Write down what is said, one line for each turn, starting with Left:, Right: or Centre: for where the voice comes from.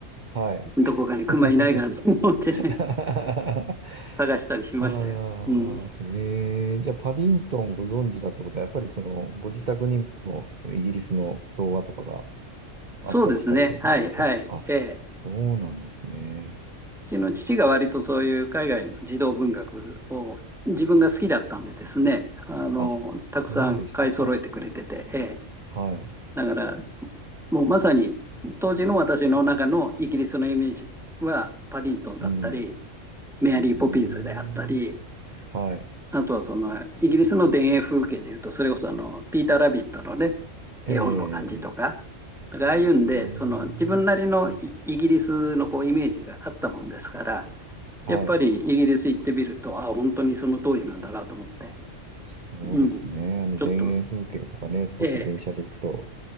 Right: はい。
Centre: どこかに熊いないかなと思ってね、
Right: <laughs> <laughs>
Centre: 探したりしましたよ。
Right: ああ、
Centre: うん。
Right: へえ。じゃあ、パディントンご存知だってことは、やっぱりその、ご自宅にも、そのイギリスの動画とかがあったりしたっていうことですかあ、
Centre: そうですね。はい、はい。えーう
Right: そうなんですね。
Centre: ちの父が割とそういう海外の児童文学を自分が好きだったんでですね、あの、
Right: あ、そうでしたか。
Centre: たくさん買い揃えてくれてて、え
Right: はい。
Centre: ーだから、もうまさに当時の私の中のイギリスのイメージは、パディントンだったり、
Right: うん。
Centre: メアリー・
Right: うーん。
Centre: ポピンズであったり、
Right: はい。
Centre: あとはそのイギリスの田園風景でいうと、それこそあのピーター・ラビットのね、
Right: ええ。
Centre: 絵本の感じとか、だからああいうんで、
Right: うーん。
Centre: その自分なりのイギリスのこうイメージがあったもんですから、
Right: はい。
Centre: やっぱりイギリス行ってみると、あ、本当にその通りなんだなと思って、
Right: そうですね。
Centre: うん、ち
Right: あの、田園風景とかね、
Centre: ょっと、
Right: 少し電車で行くと
Centre: ええ、